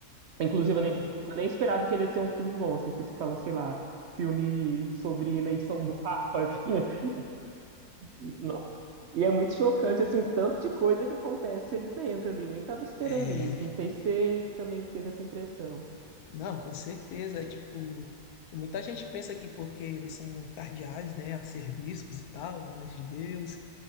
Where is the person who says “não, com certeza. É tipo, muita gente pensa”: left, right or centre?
Left